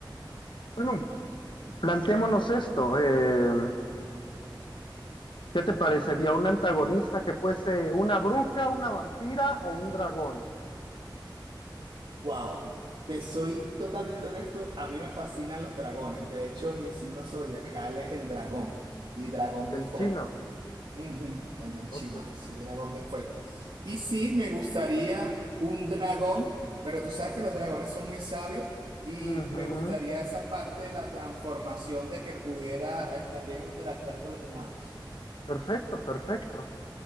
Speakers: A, on the left; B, on the right.
A: Bueno, Plantémonos esto. eh, ¿Qué te parecería un antagonista que fuese una bruja, una vampira o un dragón?
B: Wow, te soy totalmente honesto, a mí me fascinan los dragones. De hecho, mi signo zodiacal es el dragón y dragón
A: El
B: de fuego.
A: chino.
B: Ujú, En el chino,
A: Ok.
B: que es el dragón de fuego. Y sí, me gustaría un dragón, pero tú sabes que los dragones son muy sabios y
A: Ujú.
B: me gustaría esa parte de la transformación de que pudiera eh, también interactuar con los humanos.
A: Perfecto, perfecto.